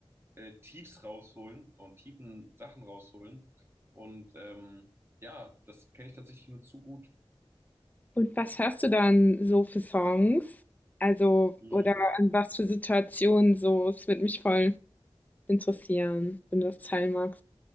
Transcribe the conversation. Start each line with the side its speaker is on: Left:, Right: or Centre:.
Right: äh, Tiefs rausholen und tiefen Sachen rausholen. Und ähm, ja, das kenne ich tatsächlich nur zu gut.
Left: Und was hörst du dann so für Songs? Also,
Right: Mhm.
Left: oder an was für Situationen so? Es würde mich voll interessieren, wenn du das teilen magst.